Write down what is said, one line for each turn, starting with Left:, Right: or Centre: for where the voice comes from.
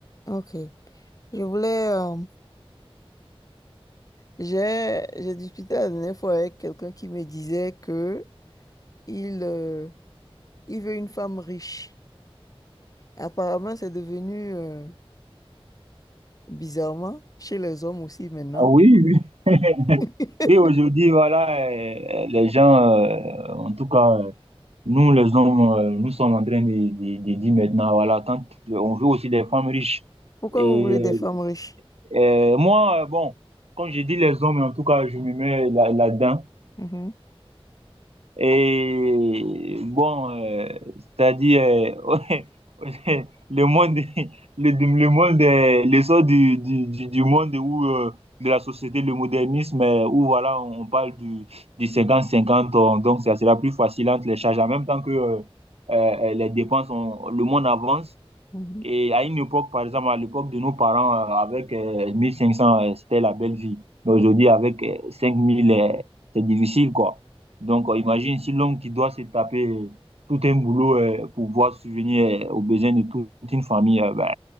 Left: Ok. Je voulais. euh, j'ai j'ai discuté la dernière fois avec quelqu'un qui me disait que il euh, il veut une femme riche. Apparemment, c'est devenu euh, bizarrement chez les hommes aussi maintenant.
Right: Ah oui, oui. <laughs>
Left: <laughs>
Right: Oui, aujourd'hui, voilà, euh, les gens, euh, en tout cas, euh, nous, les hommes, euh, nous sommes en train de, de- de dire maintenant, voilà, quand on veut aussi des femmes riches.
Left: Pourquoi
Right: Et
Left: vous voulez des femmes riches?
Right: euh, moi, euh, bon, quand je dis les hommes, en tout cas, je me mets là, là-dedans.
Left: Mhm,
Right: Et bon, euh, c'est-à-dire, euh, <laughs> le monde, le, le monde, euh, l'essor du, du, du du monde où, euh, de la société, le modernisme, euh, où voilà, on parle du, du cinquante cinquante euh, donc ça sera plus facile entre les charges, en même temps que euh, euh, les dépenses, on- le monde avance.
Left: mhm,
Right: Et à une époque, par exemple, à l'époque de nos parents, euh, avec euh, 1500, euh, c'était la belle vie. Mais aujourd'hui, avec euh, 5000, euh, c'est difficile, quoi. Donc, euh, imagine si l'homme qui doit se taper euh, tout un boulot euh, pour pouvoir subvenir euh, aux besoins de toute une famille, euh, ben,